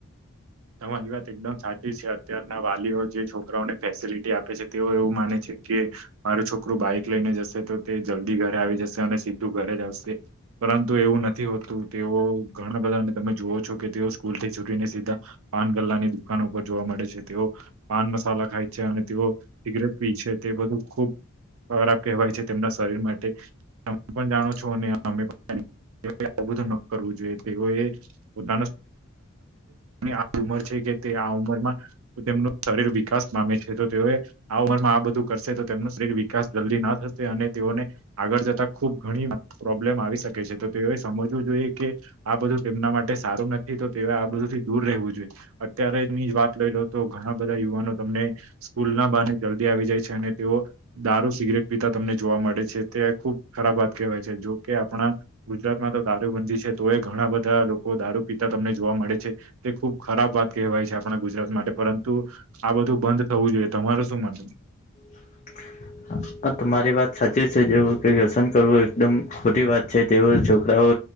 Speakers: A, on the right; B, on the left.
A: તમારી વાત એકદમ સાચી છે. અત્યારના વાલીઓ, જે છોકરાઓને ફેસિલિટી આપ. પછી તેઓ એવું માને છે કે મારું છોકરું બાઈક લઈને જશે તો તે જલ્દી ઘરે આવી જશે અને સીધું ઘરે જ આવશે પરંતુ એવું નથી હોતું તેઓ ઘણા બધાને તમે જોવો છો કે તેઓ સ્કૂલ થી છોટીને સીધા પાન ગલ્લાની દુકાનો ઉપર જોવા મળે છે તેઓ પાન મસાલા ખાય છે અને તેઓ સિગરેટ પી છે. તે બધું ખુબ ખરાબ કહેવાય છે તેમના શરીર માટે તમે પણ જાણો છો અને મમ્મી પાપાની આવું બધું ન કરવું જોઈએ તેઓએ પોતાનું ની આ ઉમર છે કે તે આ ઉંમરમાં તેમનું શરીર વિકાસ પામે છે તો તેઓ આ ઉંમરમાં આ બધું કરશે તો તેમનું શરીર વિકાસ જલ્દી ના થશે અને તેઓને આગળ જતા ખુબ ઘણી પ્રોબ્લેમ આવી શકે છે તો તેઓએ સમજવું જોઈએ કે આ બધું તેમના માટે સારું નથી તો તે આ બધું દૂર રહેવું જોઈએ અત્યારેની જ વાત લઈ લો તો ઘણા બધા યુવાનો તમને સ્કૂલ ના બાને જલ્દી આવી જાય છે અને તેઓ દારૂ સિગરેટ પીતા તમને જોવા મળે છે તે ખુબ ખરાબ વાત કહેવાય છે. કે આપણા ગુજરાતમાં તો દારૂબંધી છે તો એ ઘણા બધા લોકો દારૂ પીતા તમને જોવા મળે છે. તે ખુબ ખરાબ વાત કહેવાય છે આપણા ગુજરાત માટે પરંતુ આ બધું બંધ થવું જોઈએ તમારું શું? <inaudible>
B: <inaudible> આ તમારી વાત સાચી છે જેવું કે વ્યસન કરવું એકદમ ખોટી વાત છે તેઓ છોકરાઓ